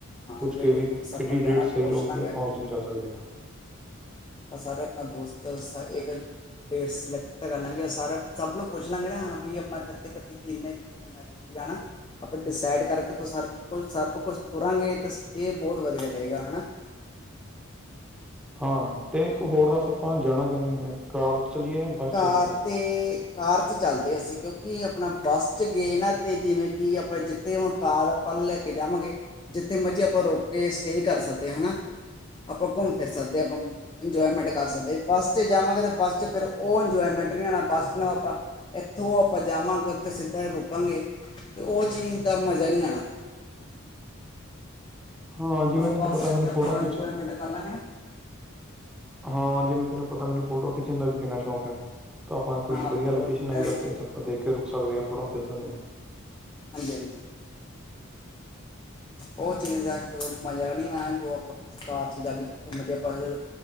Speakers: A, on the left (about 20°); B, in the centre.
A: ਹਾਂ
B: ਪੁੱਛ
A: ਜਿਹੜੇ
B: ਕੇ ਵੀ
A: ਦੋਸਤ ਆਪਾਂ
B: ਕੇਹਡੀ
A: ਜਾਣਾ
B: ਡੇਟ ਸਈ
A: ਪੁੱਛ
B: ਰਹੂਗੀ
A: ਲਾਂਗੇ
B: ਆਪਾਂ ਉਸ ਦਿਨ ਜਾ ਸਕਦੇ ਹਾਂ।
A: ਅਸਾਂ ਸਾਰੇ ਆਪਣਾ ਦੋਸਤ ਏਹ ਗੱਲ ਫਿਰ ਸਲੈਕਟ ਕਰ ਲਾਂਗੇ ਸਾਰਾ ਸਭ ਨੂੰ ਪੁੱਛ ਲਾਂਗੇ ਨਾ ਹਾਂ ਵੀ ਆਪਣਾ ਕਿੱਥੇ ਕਿੱਥੇ ਕਿੰਨੇ ਕੀ ਐਹ ਜਰੂਰੀ ਆ ਨਾ। ਆਪਾਂ ਡਿਸਾਈਡ ਕਰਕੇ ਤੁਸਾਂ ਰਖੋ ਸਭ ਕੁਛ ਤੁਰਾਂਗੇ ਤਾਂ ਏਹ ਬਹੁਤ ਵਧੀਆ ਰਹੇਗਾ, ਹਨਾਂ।
B: ਹਾਂ, ਤੇ ਇੱਕ ਹੋਰ ਦੱਸ ਆਪਾਂ ਜਾਣਾ ਕਿਵੇਂ ਏ? ਕਾਰ ਤੇ ਚਲੀਏ? ਬੱਸ
A: ਕਾਰ
B: ਚਲੀਏ
A: ਤੇ, ਕਾਰ ਤੇ ਚਲਦੇ ਅਸੀਂ ਕਿਉਂਕਿ ਆਪਨਾ ਬੱਸ ਤੇ ਗਏ ਨਾ ਤੇ ਜਿਵੇਂ ਕੀ ਆਪਾਂ ਜਿੱਥੇ ਹੁਨ ਕਾਰ ਆਪਾਂ ਲੈ ਕੇ ਜਾਵਾਂਗੇ ਜਿੱਥੇ ਮਰਜ਼ੀ ਆਪਾਂ ਰੁੱਕ ਕੇ, ਸਟੇਅ ਕਰ ਸਕਦੇ ਆਂ ਹਨਾ। ਆਪਾਂ ਘੁੰਮ ਫਿਰ ਸਕਦੇ ਹਾਂ, ਆਪਾਂ ਇੰਜੋਏਮੈਂਟ ਕਰ ਸਕਦੇ ਆ ਬੱਸ'ਤੇ ਜਾਵਾਂਗੇ ਤਾਂ ਬੱਸ'ਚ ਫੇਰ ਓ ਇੰਜੋਏਮੈਂਟ ਨੀ ਔਣਾ, ਬੱਸ ਨਾ ਆਪਾਂ ਐਥੋਂ ਆਪਾਂ ਜਾਵਾਂਗੇ, ਓਥੇ ਸਿੱਧਾ ਈ ਰੁਕਾਂਗੇ। ਤੇ ਓ ਚੀਜ਼ ਦਾ ਮਜ਼ਾ ਨੀ ਆਂਣਾ।
B: ਹਾਂ, ਜਿਵੇਂ
A: ਜੋ
B: ਤੈਨੂੰ
A: ਬੱਸ
B: ਪਤਾ
A: ਵਿੱਚ
B: ਮੈਨੂੰ
A: ਆਪਾਂ
B: ਫੋਟੋ
A: ਇੰਜੋਏਮੈਂਟ
B: ਖਿੱਚਣ
A: ਕਰ ਲਾਂਗੇ ਨਾ
B: ਹਾਂ, ਜਿਵੇਂ ਤੈਨੂੰ ਪਤਾ ਮੈਨੂੰ ਫੋਟੋਆਂ ਖਿੱਚਣ ਦਾ ਵੀ ਕਿੰਨਾ ਸ਼ੌਕ ਹੈ। ਤੇ ਆਪਾਂ ਕੋਈ
A: ਹਾਂ
B: ਵਧੀਆ
A: ਫੋਟੋ
B: ਲੋਕੇਸ਼ਨ
A: ਖਿੱਚਾਂ
B: ਆਈ ਰਸਤੇ ਚ, ਆਪਾਂ ਦੇਖ ਕੇ ਰੁਕ ਸਕਦੇ ਹਾਂ, ਫੋਟੋਆਂ ਖਿੱਚ ਸਕਦੇ ਹਾਂ।
A: ਹਾਂਜੀ-ਹਾਂਜੀ। ਓ ਚੀਜ਼ ਦਾ ਐ, ਜੋ ਮਜ਼ਾ ਨੀ ਨਾ, ਜੋ ਆਪਾਂ ਕਾਰ ਚ ਜਾ ਕੇ, ਜਿੱਥੇ ਮਰਜ਼ੀ ਆਪਣਾ